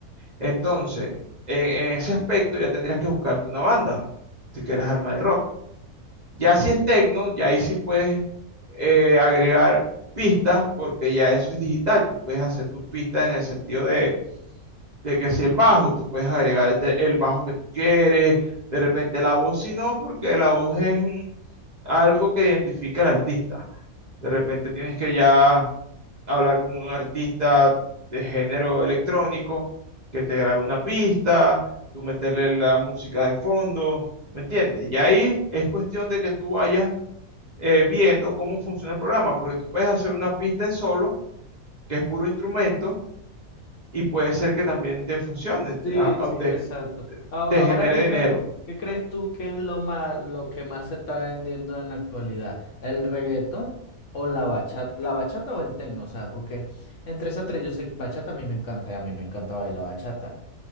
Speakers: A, on the right; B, on the left.
A: Entonces, eh, en ese aspecto ya tendrías que buscarte una banda si quieres armar el rock. Ya si es techno, ya ahí sí puedes eh, agregar pistas porque ya eso es digital. Tú puedes hacer tus pistas en el sentido de, de que si el bajo, tú puedes agregar este- el bajo que tú quieres, de repente la voz, si no, porque la voz es un- algo que identifica al artista. De repente tienes que ya hablar con un artista de género electrónico que te grabe una pista, tú meterle la música de fondo, ¿me entiendes? Y ahí es cuestión de que tú vayas eh, viendo cómo funciona el programa, porque tú puedes hacer una pista en solo, que es puro instrumento, y puede ser que también te funcione,
B: Sí,
A: a- a-
B: sí,
A: te,
B: exacto.
A: te-
B: Ao-
A: te
B: Ahora,
A: genere
B: ¿qué
A: dinero.
B: crees, qué crees tú que es lo más, lo que más se está vendiendo en la actualidad? ¿El reggaetón o la bachata? ¿La bachata o el tecno? O sea, porque entre esas tres, yo sé, bachata a mí me encanta, a mí me encanta bailar bachata.